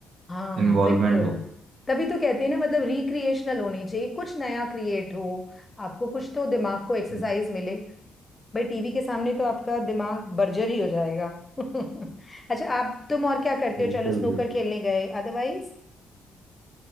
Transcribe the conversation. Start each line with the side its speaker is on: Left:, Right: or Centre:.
Left: हाँ
Right: इन्वॉल्वमेंट
Left: बिल्कुल
Right: हो
Left: तभी तो कहते हैं ना मतलब रिक्रिएशनल होनी चाहिए कुछ नया क्रिएट हो आपको कुछ तो दिमाग को एक्सरसाइज
Right: जी,
Left: मिले भाई टीवी के सामने तो आपका दिमाग बर्जर ही हो जाएगा <laughs> अच्छा आप तुम और क्या करते
Right: बिल्कुल
Left: हो चलो स्नूकर
Right: बिल्कुल
Left: खेलने गए अदरवाइज